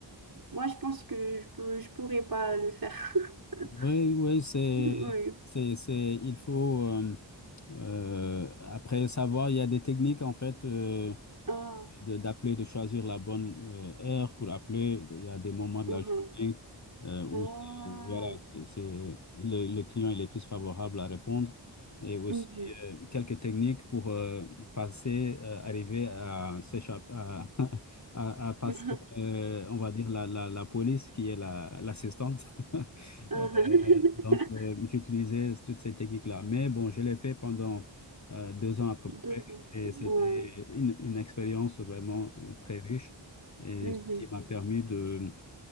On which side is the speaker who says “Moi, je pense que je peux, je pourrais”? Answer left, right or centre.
Right